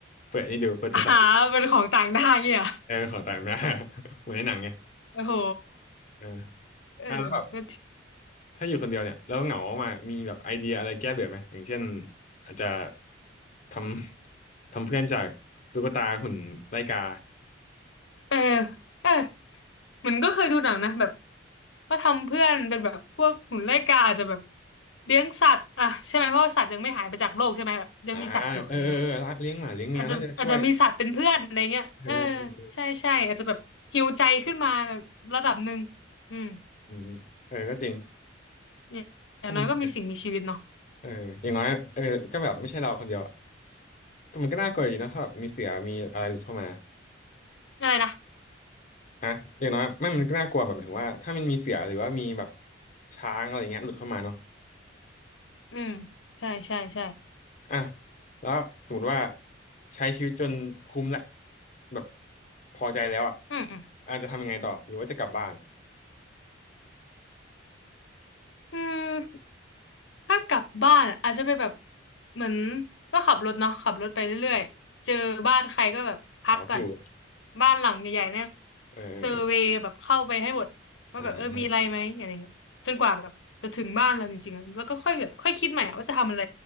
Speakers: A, on the left; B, on the left.
A: เปิดนี่ดูเปิดโทรศัพท์
B: <laughs> อ่าเป็นของต่างด้าวเงี้ยเหรอ
A: เออของต่างหน้า <laughs> เหมือนในหนังไง
B: โอ้โห
A: เออ
B: เออก็
A: อ่ะแล้วแบบถ้าอยู่คนเดียวเนี่ยแล้วเหงามากๆมีแบบไอเดียอะไรแก้เบื่อไหมอย่างเช่นอาจจะทำ <laughs> ทำเพื่อนจากตุ๊กตาหุ่นไล่กา
B: เออเออเหมือนก็เคยดูหนังนะแบบก็ทำเพื่อนเป็นแบบพวกหนุนไล่กาอาจจะแบบเลี้ยงสัตว์อ่ะใช่ไหมเพราะว่าสัตว์ยังไม่หายไปจากโลกใช่ไหมแบบยังมีสัตว์อยู่อะไรเงี้ย
A: อ่าเออเออเออเลี้ยงหมาเลี้ยงแมวน่าจะช่วย
B: อาจจะอาจจะมีสัตว์เป็นเพื่อนอะไรเงี้ยเออ
A: เออเออ
B: ใช่ใช่อาจจะแบบฮีลใจขึ้นมาแบบระดับหนึ่งอืม
A: อืมเออก็จริง
B: อย่างอย่างน้อยก็มีสิ่งมีชีวิตเนาะ
A: ถ้ามันดีนะเอออย่างน้อยเออก็แบบไม่ใช่เราคนเดียวอ่ะแต่มันก็น่ากลัวอยู่ดีนะถ้าแบบมีเสือมีอะไรหลุดเข้ามา
B: อะไรนะ
A: ฮะอย่างน้อยไม่มันก็น่ากลัวแบบถึงว่าถ้ามันมีเสือหรือว่ามีแบบช้างอะไรเงี้ยหลุดเข้ามาเนาะ
B: อืมใช่ใช่ใช่
A: อ่ะแล้วสมมติว่าใช้ชีวิตจนคุ้มแหละแบบพอใจแล้วอ่ะ
B: อืมอืม
A: อาจจะทำยังไงต่อหรือว่าจะกลับบ้าน
B: อืม ถ้ากลับบ้านอาจจะไปแบบเหมือนก็ขับรถเนาะขับรถไปเรื่อยๆเจอบ้านใครก็แบบพักก่อน
A: เอาอยู่
B: บ้านหลังใหญ่ๆเนี่ย
A: เออ
B: เซอร์เวย์แบบเข้าไปให้หมดว่าแบบเออมีอะไรไหมอะไรอย่างเงี้ยจนกว่าแบบจะถึงบ้านเราจริงๆแล้วก็ค่อยแบบค่อยคิดใหม่ว่าจะทำอะไร
A: เออเอออ่า